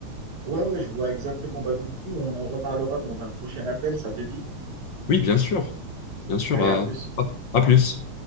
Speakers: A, on the right; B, on the left.
A: Ouais, ouais, je vois exactement. Bah, du coup, on en reparlera dans un prochain appel, ça te dit?
B: Oui, bien sûr. Bien sûr
A: Allez,
B: euh,
A: à plus.
B: à, à plus.